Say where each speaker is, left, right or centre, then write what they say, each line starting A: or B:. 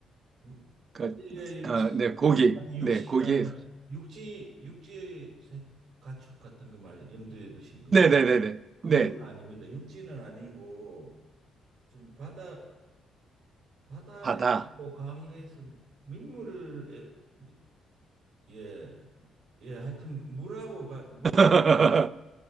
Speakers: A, on the right; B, on the right.
A: 육-
B: 그,
A: 예, 예, 육식,
B: 아, 네, 고기.
A: 아니, 육식이라면
B: 네, 고기에, 속-
A: 육지, 육지의 생- 가축 같은 거 말 염두에 두신 건가요?
B: 네네네네. 네, 네, 네.
A: 그건
B: 네,
A: 아닙니다. 육지는 아니고 좀 바다, 바다에서
B: 바다.
A: 강에서 민물을 에- 미- 예, 예, 하여튼 물하고 가, 물에
B: <laughs>